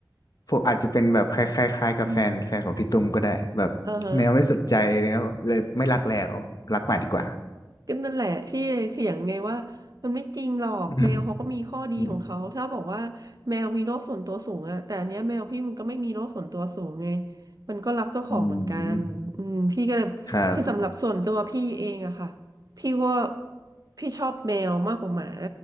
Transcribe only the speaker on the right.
อืมเออฮะ ก็นั่นแหละพี่เลยเถียงไงว่ามันไม่จริงหรอกแมวเขาก็มีข้อดีของเขาถ้าบอกว่าแมวมีโรคส่วนตัวสูงอะแต่อันเนี้ยแมวพี่มันก็ไม่มีโรคส่วนตัวสูงไง
มันก็รักเจ้าของเหมือนกันอืมพี่ก็เลยคือสำหรับส่วนตัวพี่เองอะค่ะ
พี่ว่าพี่ชอบแมวมากกว่าหมา